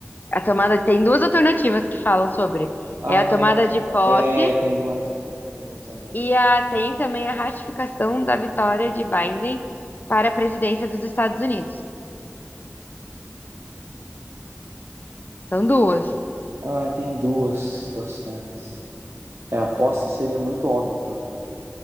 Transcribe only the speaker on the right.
Ah,
tem Martin,
é, tem do Martin Jr. também.
Ah, tem duas situações. É, a posse seria muito óbvio, né?